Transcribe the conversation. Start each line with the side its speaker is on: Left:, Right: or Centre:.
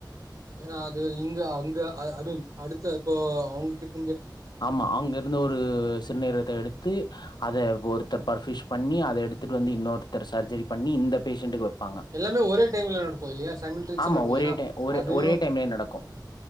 Right: ஏனா அது இங்க அங்க அ ஐ மீன் அடுத்த இப்போ அவுங்க கிட்
Left: ஆமா அங்க இருந்து ஒரு சிறுநீரகத்த எடுத்து அத பொறுத் தோ பர்ஃபிஷ் பண்ணி அத எடுத்துட்டு வந்து இன்னொருத்தரு சர்ஜரி பண்ணி இந்த பேஷன்ட்டுக்கு வப் பாங்க
Right: எல்லாமே ஒரே டைம்ல நடக்கு இல்லையா சைமல்டேனியஸா
Left: ஆமா
Right: நடக்கு
Left: ஒரே
Right: ஏன்னா
Left: டைம் ஒரே
Right: அது
Left: ஒரே டைம்மே நடக்கு